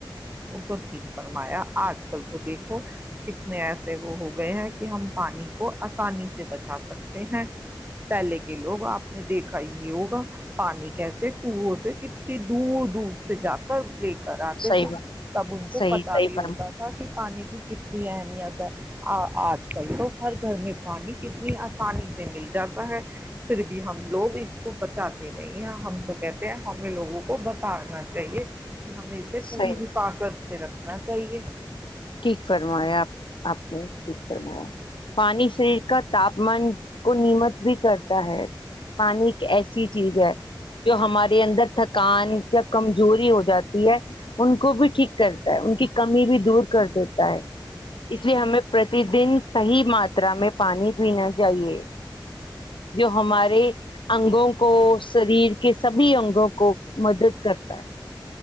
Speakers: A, on the right; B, on the left.
A: وہ تو ٹھیک فرمایا آج کل تو دیکھو کتنے ایسے وہ ہو گئے ہیں کہ ہم پانی کو آسانی سے بچا سکتے ہیں پہلے کے لوگ آپ نے دیکھا یہ ہوگا پانی کیسے کنووں سے کتنی دور دور سے جا کر لے کراتے
B: صحیح
A: تھے
B: بات
A: تب ان کو
B: صحیح
A: ابھی
B: صحیح فرم
A: ہوتا تھا کہ پانی کی کتنی اہمیت ہے آ آج کل تو ہر گھر میں پانی کتنی آسانی سے مل جاتا ہے پھر بھی ہم لوگ اس کو بچاتے نہیں ہیں ہم تو کہتے ہیں ہمیں لوگوں کو بتانا چاہیے ہمیں اس سے پوری
B: صحیح
A: حفاظت صرف نہ چاہیے
B: ٹھیک فرمایا آپ آپ نے ٹھیک فرمایا پانی سے کا تاپمان کو نیمت بھی کرتا ہے پانی ایک ایسی چیز ہے جو ہمارے اندر تھکان یا کمزوری ہو جاتی ہے ان کو بھی ٹھیک کرتا ہے ان کی کمی بھی دور کر دیتا ہے اس لیے ہمیں پرتی دن صحیح ماترا میں پانی پینا چاہیے جو ہمارے انگوں کو شریر کے سبھی انگوں کو مدد کرتا ہے